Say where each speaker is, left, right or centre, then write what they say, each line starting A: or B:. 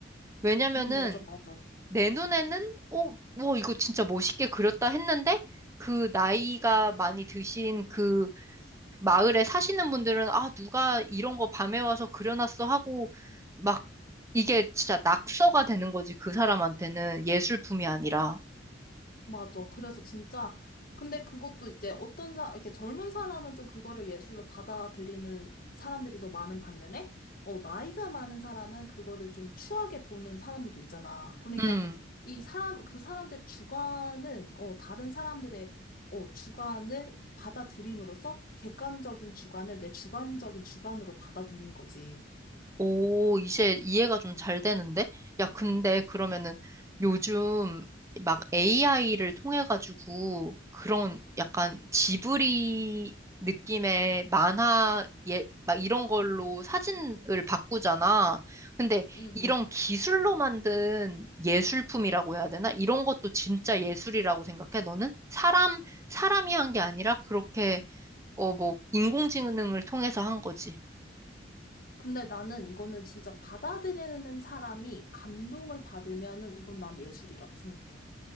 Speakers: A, on the right (about 15°); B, on the left (about 50°).
A: 왜냐면은
B: 응, 맞아, 맞아.
A: 내 눈에는, 어, 뭐, 이거 진짜 멋있게 그렸다 했는데 그 나이가 많이 드신 그 마을에 사시는 분들은 아, 누가 이런 거 밤에 와서 그려놨어 하고 막 이게 진짜 낙서가 되는 거지. 그 사람한테는 예술품이 아니라.
B: 맞아. 그래서 진짜, 근데 그것도 이제 어떤 사, 이렇게 젊은 사람은 좀 그거를 예술로 받아들이는 사람들이 더 많은 반면에, 어, 나이가 많은 사람은 그거를 좀 추하게 보는 사람들도 있잖아. 그러니까
A: 음.
B: 이 사람, 그 사람들의 주관은, 어, 다른 사람들의, 어, 주관을 받아들임으로써 객관적인 주관을 내 주관적인 주관으로 받아들인 거지.
A: 오, 이제 이해가 좀 잘 되는데? 야, 근데 그러면은 요즘 막 AI를 통해가지고 그런 약간 지브리 느낌의 만화, 예, 막 이런 걸로 사진을 바꾸잖아. 근데
B: 응, 응.
A: 이런 기술로 만든 예술품이라고 해야 되나? 이런 것도 진짜 예술이라고 생각해, 너는? 사람, 사람이 한 게 아니라 그렇게, 어, 뭐, 인공지능을 통해서 한 거지.
B: 근데 나는 이거는 진짜 받아들이는 사람이 감동을 받으면은 이건 난 예술이라고 생각해.